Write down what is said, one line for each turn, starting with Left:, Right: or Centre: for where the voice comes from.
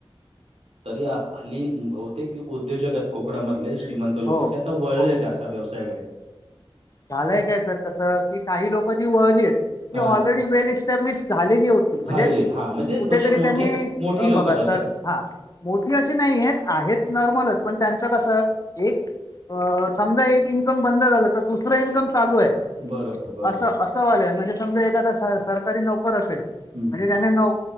Right: तरी हल्ली बहुतेक उद्योजक आहेत. कोकणामधले श्रीमंत लोक.
Left: हो
Right: त्या ता वळेत
Left: हो
Right: अश व्यसायाकडे.
Left: झालंय काय सर कसं, की काही लोक जी वळली आहेत. ती
Right: हा
Left: ऑलरेडी वेल इस्टॅब्लिश झालेली होती. म्हणजे
Right: झालेले हा म्हणजे
Left: कुठेतरी
Right: म्हणजे मोठे
Left: त्यांनी
Right: मोठी
Left: अ
Right: लोक
Left: बघा
Right: आहेत
Left: सर.
Right: असं
Left: हा, मोठी अशी नाही आहेत. आहेत नॉर्मलच, पण त्यांचं कसं एक अ समजा एक इन्कम बंद झालं तर दुस दुसरं इन्कम चालू आहे.
Right: बरोबर बरोबर
Left: असं-असं वालं म्हणजे समजा एखादा सरकारी नोकर असेल
Right: हम्म
Left: म्हणजे
Right: हम्म
Left: त्याने
Right: हम्म.
Left: नऊ,